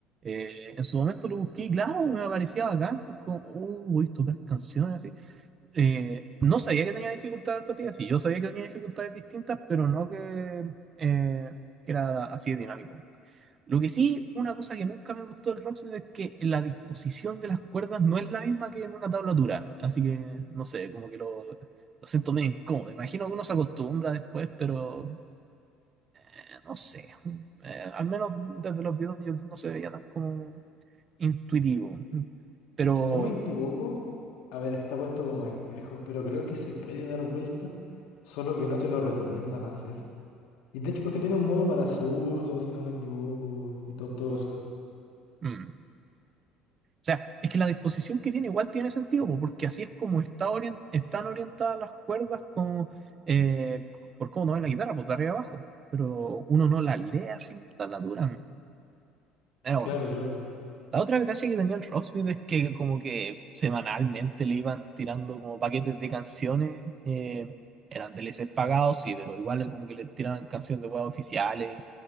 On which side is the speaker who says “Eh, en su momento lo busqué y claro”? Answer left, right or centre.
Right